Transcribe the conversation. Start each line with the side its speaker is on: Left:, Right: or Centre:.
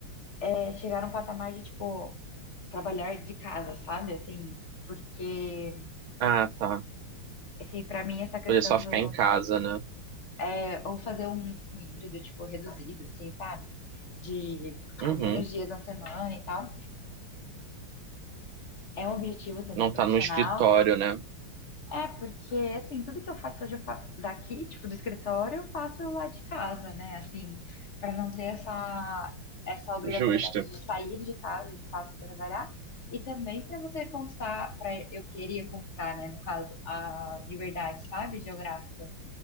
Left: é, chegar num patamar de, tipo, trabalhar de casa, sabe? Assim, porque.
Right: Ah, tá.
Left: assim, para mim essa questão
Right: Poder só ficar
Left: do
Right: em casa, né?
Left: é, ou fazer um, um híbrido tipo reduzido, assim, sabe? De
Right: Uhum.
Left: tipo, menos dias na semana e tal. É um objetivo também
Right: Não
Left: profissional.
Right: tá no escritório, né?
Left: É porque assim, tudo que eu faço hoje eu faço daqui, tipo do escritório, eu faço lá de casa, né? Assim, para não ter essa essa obrigatoriedade
Right: Justo.
Left: de sair de casa, de fato, para trabalhar. E também para você conquistar, para eu queria conquistar, né, no caso, a liberdade, sabe, geográfica